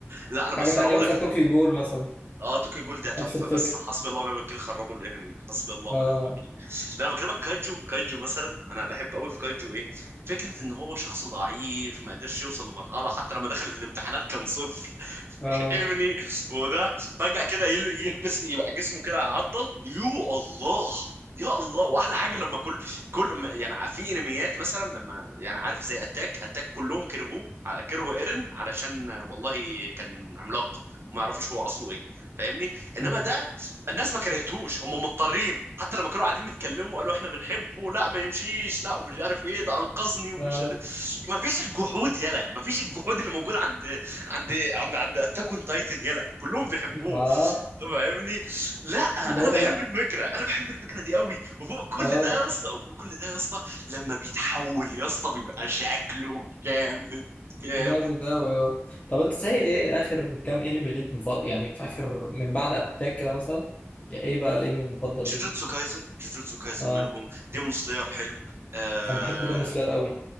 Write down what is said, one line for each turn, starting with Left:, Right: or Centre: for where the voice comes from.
Right: لا انا بس
Left: حاجه تانية
Right: انا اقول
Left: مثلا
Right: لك
Left: طوكيو جول مثلا
Right: اه توكي جول ده تحفه
Left: نفس الفكره
Right: بس حسبي الله ونعم الوكيل خربوا الانمي حسبي الله ونعم
Left: اه
Right: الوكيل لا انا بكلمك كايجو كايجو مثلا انا بحب قوي في كايجو ايه فكره ان هو شخص ضعيف ما قدرش يوصل لمرحله حتى لما دخل الامتحانات كان صفر <laughs>
Left: اه
Right: فاهمني وده فجاه كده يل- يلبس يبقى جسمه كده عضل يو الله يا الله واحلى حاجه لما كل كل ما- يعني في انميات مثلا لما يعني عارف زي اتاك اتاك كلهم كرهوه على كرهوا ايرن علشان والله كان عملاق ما يعرفوش هو اصله ايه فاهمني انما
Left: أمم،
Right: ده الناس ما كرهتهوش هم مضطرين حتى لما كانوا قاعدين يتكلموا قالوا احنا بنحبه لا ما يمشيش لا ومش عارف ايه ده انقذني ومش
Left: اه
Right: عارف ايه. ما فيش الجحود يلا ما فيش الجحود اللي موجود عند عند عند عند اتاك اون تايتن يلا كلهم بيحبوه
Left: مع
Right: فاهمني لا انا
Left: اللي هو
Right: بحب
Left: لا
Right: الفكره انا بحب الفكره دي قوي وفوق كل
Left: اه
Right: ده يا اسطى وفوق كل ده يا اسطى لما بيتحول يا اسطى بيبقى شكله جامد جامد
Left: جامد قوي اه طب انت صحيح ايه اخر كام انمي ليك مفضل يعني في اخر من بعد اتاك كده مثلا يعني ايه بقى الانمي المفضل
Right: جوجوتسو
Left: ليك
Right: كايزن جوجوتسو كايزن
Left: اه
Right: منهم ديمون سلاير حلو آه...
Left: انا بحب ديمون سلاير قوي